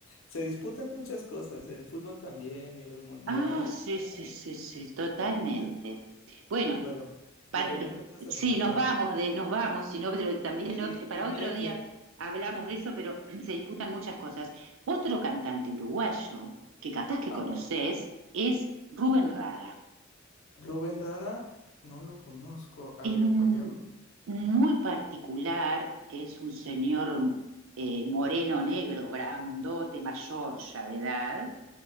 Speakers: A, on the left; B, on the right.
A: Se disputan muchas cosas, el fútbol también y los mundiales.
B: Ah, sí,
A: ay,
B: sí, sí, sí, totalmente.
A: son muchas cosas.
B: Bueno,
A: Bueno, yo,
B: para-
A: pero yo encuentro estas
B: sí,
A: disputas
B: nos vamos
A: divertidas.
B: de, nos vamos, sino pero también
A: Y,
B: ot- para
A: y mira
B: otro día
A: que,
B: hablamos de eso, pero <clears throat> se disputan muchas cosas. Otro cantante uruguayo que capaz que
A: ah,
B: conoces
A: bueno,
B: es Rubén Rada.
A: Rubén Rara, no lo conozco. A
B: Es
A: ver,
B: m-
A: voy a...
B: muy particular, es un señor eh, moreno negro, grandote, mayor ya de edad,